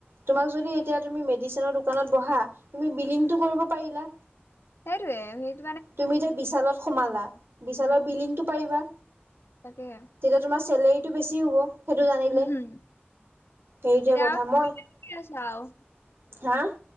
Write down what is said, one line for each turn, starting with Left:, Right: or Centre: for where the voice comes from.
Right: তোমাক যদি এতিয়া তুমি মেডিচিনৰ দোকানত বহা তুমি বিলিংটো
Left: উম,
Right: কৰিব পাৰিলা।
Left: সেইটোৱে সে
Right: তুমি এতিয়া বিশালত সোমালা, বিশালৰ
Left: ভাল
Right: বিল্ডিংটো পাৰিবা।
Left: তাকেহে।
Right: তেতিয়া তোমাৰ চলেৰীটো বেছি হ'ব। সেইটো জানিলে,
Left: উম,
Right: সেইটোৱে
Left: এতিয়া
Right: কথা,
Left: আৰু
Right: মই
Left: কি আছো আৰু
Right: হা?